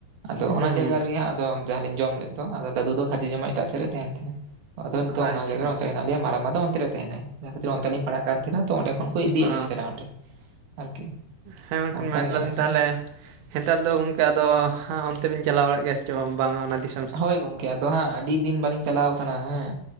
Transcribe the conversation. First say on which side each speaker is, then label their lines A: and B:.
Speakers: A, on the right; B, on the right.
A: ᱟᱫᱚ
B: ᱦᱩᱸ
A: ᱚᱱᱟ ᱡᱟᱭᱜᱟ ᱨᱮᱜᱮ ᱦᱟᱸᱜ ᱟᱫᱚ ᱡᱟᱦᱟᱸ ᱞᱤᱧ ᱡᱚᱢ ᱞᱮᱫ ᱫᱚ ᱟᱫᱚ ᱫᱟᱫᱩ ᱫᱚ ᱠᱷᱟᱹᱨᱫᱤ ᱡᱟᱢᱟᱭ ᱮᱴᱟᱜ ᱥᱮᱫ ᱨᱮ ᱛᱟᱦᱮᱸᱱ ᱛᱟᱦᱮᱸᱱᱟᱭ᱾ ᱟᱫᱚ ᱱᱤᱛᱚᱜ
B: ᱟᱪᱪᱷᱟ
A: ᱚᱱᱟ ᱡᱟᱭᱜᱟ ᱨᱮ ᱚᱱᱛᱮ ᱦᱮᱸᱱᱟᱜ ᱞᱤᱭᱟ ᱢᱟᱨᱟᱝ ᱵᱟ ᱫᱚ ᱚᱱᱛᱮ ᱨᱮ ᱛᱟᱦᱮᱸᱱᱟᱭ ᱡᱟᱦᱟᱸ ᱠᱷᱟᱛᱤᱨ ᱚᱱᱛᱮ ᱞᱤᱧ ᱯᱟᱲᱟᱜ ᱠᱟᱱ ᱛᱟᱦᱮᱸᱱᱟ, ᱛᱚ ᱚᱸᱰᱮ ᱠᱷᱚᱱ ᱠᱚ ᱤᱫᱤᱭᱮᱫ
B: ᱚ
A: ᱞᱤᱧ ᱛᱟᱦᱮᱸᱱᱟ ᱚᱸᱰᱮ ᱟᱨᱠᱤ
B: ᱦᱮᱸ ᱢᱮᱱᱠᱷᱟᱱ
A: ᱚᱱᱠᱟ
B: ᱢᱮᱱᱫᱟᱞᱤᱧ
A: ᱧᱮᱞ ᱟᱠᱟᱱᱟ᱾
B: ᱛᱟᱦᱚᱞᱮ ᱱᱮᱛᱟᱨ ᱫᱚ ᱜᱚᱝᱠᱮ ᱟᱫᱚ ᱚᱱᱛᱮ ᱵᱤᱱ ᱪᱟᱞᱟᱣ ᱵᱟᱲᱟᱜ ᱜᱮᱭᱟ ᱪᱚᱝ ᱵᱟᱝᱟ ᱚᱱᱟ ᱵᱤᱥ
A: ᱦᱳᱭ ᱜᱚᱝᱠᱮ ᱟᱫᱚ ᱦᱟᱸᱜ ᱟᱹᱰᱤ ᱫᱤᱱ ᱵᱟᱞᱤᱧ ᱪᱟᱞᱟᱣ ᱠᱟᱱᱟ ᱦᱮᱸ